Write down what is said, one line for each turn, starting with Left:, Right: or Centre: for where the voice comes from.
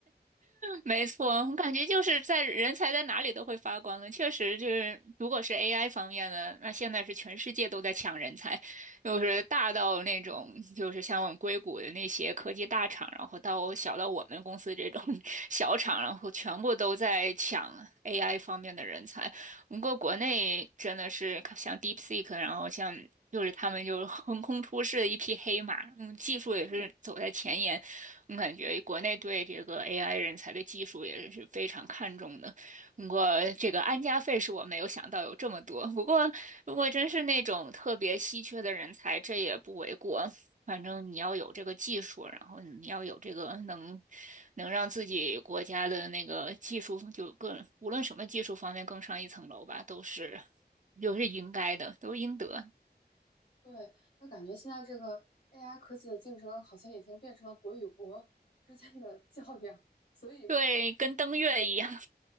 Right: 没错，我感觉就是在人才在哪里都会发光的，确实就是，如果是 AI 方面的，那现在是全世界都在抢人才，就是大到那种就是像我们硅谷的那些科技大厂，然后到小到我们公司这种 <laughs> 小厂，然后全部都在抢 AI 方面的人才。不过国内真的是像 DeepSeek，然后像。就是他们就是横空出世的一匹黑马，嗯，技术也是走在前沿，
Left: 嗯，
Right: 我感觉国内对这个 AI 人才的技术也是非常看重的。我这个安家费是我没有想到有这么多，不过如果真是那种特别稀缺的人才，这也不为过。反正你要有这个技术，然后你要有这个能能让自己国家的那个技术就更无论什么技术方面更上一层楼吧，都是就是应该的，都应得。
Left: 对，那感觉现在这个 AI 科技的竞争好像已经变成了国与国之间的 <laughs> 较量，所以
Right: 对，跟登月一样，